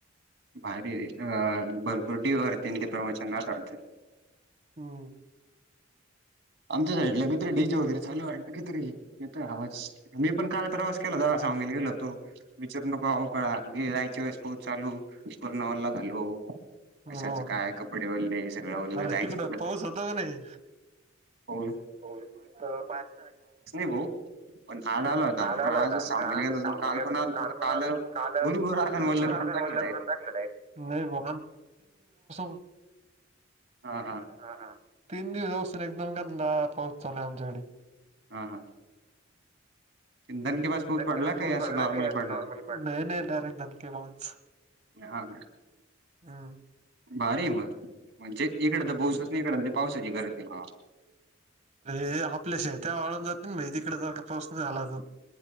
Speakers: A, on the right (about 65°); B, on the right (about 35°).
A: भारी र अ भरपूर डीवरते ते प्रमोशन नात
B: होम
A: आमच्या साईडला किती रे डीजे वगैरे चालू आहे कि र आवाज मी पण काल प्रवास केला जा सांगेला गेल तो विचारू नको अवकाळा गे जायच्या वेळेस पोच चालू पर्णावाला घालो पैशाचं
B: हो
A: काय
B: का
A: कपडे ओले हे सगं ओलं
B: अरे
A: जायचं
B: तिकडं पाऊस होतो का नाही
A: हो
B: हो पाच
A: भाऊ पण आज आला
B: पण
A: होता आणि
B: आज आला
A: आजच
B: होता
A: सांगलीला
B: आज
A: गेलो होतो
B: सांगली
A: आणि काल
B: गेला
A: पण
B: होता
A: आलतो
B: काल
A: तर
B: पणा काल
A: भुरभुर
B: भून
A: आला आणि वल्ल करून टाकलं डायरेक्ट
B: टाकलं <inaudible>
A: हा हा
B: ह ह तीन दिवससून एक दोन कांदा पाऊस चालूय आमच्याकडे
A: हा हा दणकेबाज पाऊस
B: इंधन
A: पडला
B: के बसूनच
A: काय असं
B: पडला
A: नॉर्मल
B: का
A: पडला
B: नॉर्मल नाय नाय डायरेक्ट दणकेबाज
A: ह
B: हम्
A: भारी मण म्हणजे इकड तर बहसच इकड पावसाची गरज नाही बाबा
B: अ आपल्या शेत वाळून जातात म तिकडे जा पासून नाही आलाज